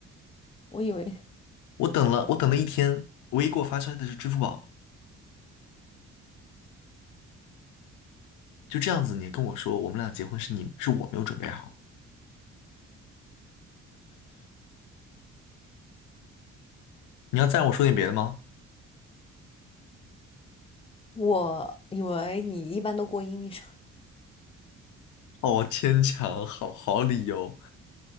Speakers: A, on the left; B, on the left.
A: 我以为，
B: 我等了，我等了一天，唯一给我发消息的是支付宝。就这样子，你跟我说我们俩结婚是你是我没有准备好。你要再让我说点别的吗？
A: 我以为你一般都过阴历生日，
B: 好牵强，好好理由。